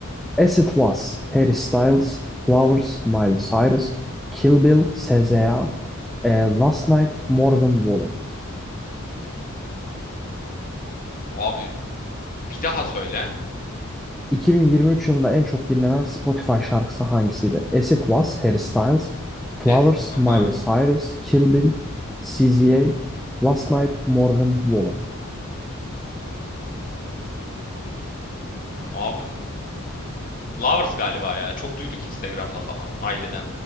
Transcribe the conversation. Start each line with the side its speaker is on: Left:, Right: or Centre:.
Centre: As It Was, Harry Styles, Flowers, Miley Cyrus, Kill Bill, SZA, e, Last Night, Morgan Wallen.
Left: Abi bir daha söyle.
Centre: 2023 yılında en çok dinlenen Spotify şarkısı hangisiydi? As It Was, Harry Styles, Flowers,
Left: Ezin. Aha.
Centre: Miley Cyrus, Kill Bill, SZA, Last Night, Morgan Wallen.
Left: Abi Lovers galiba ya. Çok duyduk Instagram'da falan. Aileden.